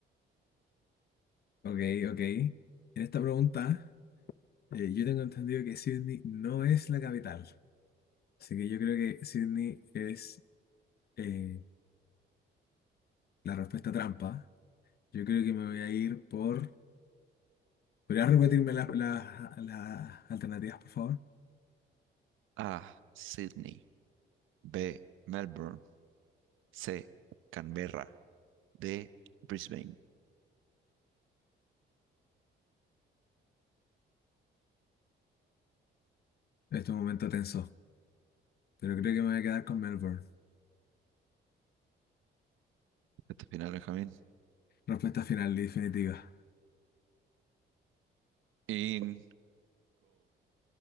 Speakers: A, on the left; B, on the right.
A: Ok, ok. En esta pregunta, eh, yo tengo entendido que Sydney no es la capital. Así que yo creo que Sydney es eh, la respuesta trampa. Yo creo que me voy a ir por... ¿Podrías repetirme las las- las alternativas, por favor?
B: A. Sydney. B. Melbourne. C. Canberra. D. Brisbane.
A: En este momento tenso. Pero creo que me voy a quedar con Melbourne.
B: Este final, Benjamín.
A: Respuesta final y definitiva.
B: Incorrecto.